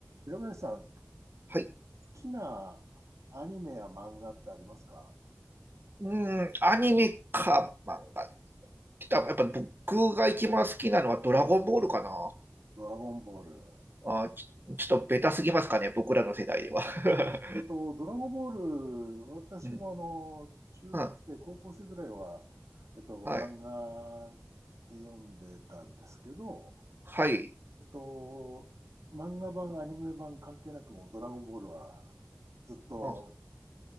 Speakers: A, on the right (about 70°); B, on the right (about 45°).
A: 平林さん、好
B: はい。
A: きなアニメや漫画ってありますか
B: うーん、アニメか漫画って言ったら、やっぱ僕が一番好きなのはドラゴンボールかな。
A: ドラゴンボール。
B: あー、ち、ちょっとベタすぎますかね、僕らの世代では。<laughs>
A: えっと、ドラゴンボール、私もあの、
B: うん、
A: 中学生、
B: うん、
A: 高校生ぐらいは、えっと、
B: はい、
A: 漫画で読んでたんですけど、
B: はい、
A: えっと、漫画版、アニメ版関係なくもうドラゴンボールはずっと
B: うん